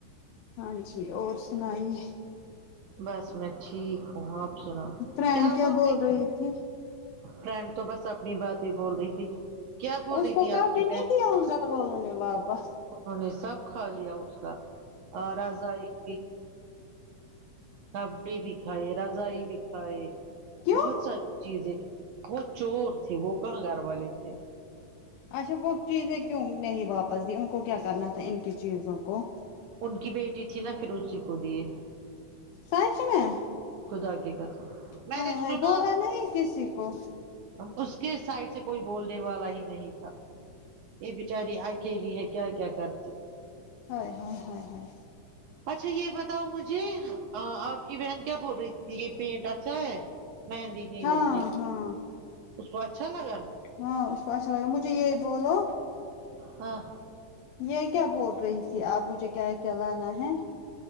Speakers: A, on the left (about 75°); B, on the right (about 75°).
A: ہاں جی اور سنائیے
B: بس میں ٹھیک ہوں آپ سنا
A: فرینڈ
B: کیا بول رہ
A: رہی تھی
B: فرینڈ تو بس اپنی بات ہی بول رہی تھی کیا بول
A: اس
B: رہی تھی
A: کو
B: آپ
A: کپ
B: کی
A: د نہیں
B: بہن
A: کہ آون گھر والون واپس <unintelligible>
B: انہوں نے سب کھا لیا اس کا ارضاۓ بھی کبڑی بھی کھائے رضائی بھی کھائے
A: کیوں
B: بہت ساری چیزیں بت چور تھے وہ کہاں گھر والے تھے
A: اچھا وہ چیزیں کیوں نہیں واپس دی ان کو کیا کرنا تھا ان کی چیزوں کو
B: ان کی بیٹی تھی نا پھر اسی کو دیے
A: سچ میں
B: خدا کی قسم میں
A: ہاے
B: نے
A: ہاے
B: سنا
A: بولا نہیں کسی کو
B: اس کے سائڈ سے کوئی بولنے والا ہی نہیں تھا یہ بچاری اکیلی ہے کیا کیا کرتی
A: ہاے ہاے ہاے ہاے
B: اچھا یہ بتاؤ مجھے ہاں آپ کی بہن کیا بول رہی تھی یہ پینٹ اچھا ہے مہندی نہیں
A: ہاں
B: لوگ کی
A: ہاں
B: اس کو اچھا لگا
A: ہاں اس کو اچھا لگا مجھے یہی بولو
B: ہاں
A: یہ کیا بول رہی تھی آپ مجھے کیا کہلانا ہے